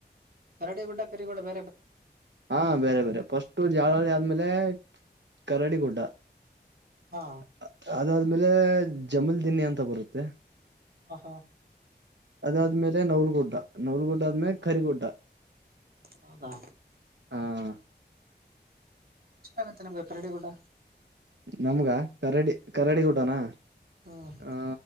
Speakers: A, on the right; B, on the right.
A: ಕರಡಿ ಗುಡ್ಡ <unintelligible>
B: ಹಾ ಬೇರೆ ಬೇರೆ ಪಷ್ಟು <unintelligible> ಆದ್ಮೇಲೆ ಕರಾಡಿ ಗುಡ್ಡ
A: ಹಾ
B: <unintelligible> ಆಮೇಲೆ ಜಮೀಲ್ ದಿನ್ನಿ ಅಂತ ಬರುತ್ತೆ
A: ಹ ಹಾ
B: ಅದಾದ್ಮೇಲೆ ನೌಲ್ಗುಡ್ಡ ನೌಲ್ಗುಡ್ಡ ಆದ್ಮೇಲೆ ಕರಿಗುಡ್ಡ
A: ಹೌದಾ
B: ಹಾ
A: ಎಷ್ಟಾಗುತ್ತೆ ನಮ್ಗೆ ಕರಡಿ ಗುಡ್ಡ
B: ನಮ್ಗ ಕರಡಿ ಕರಡಿ ಗುಡ್ಡನಾ
A: ಹ್ಮ್
B: ಆ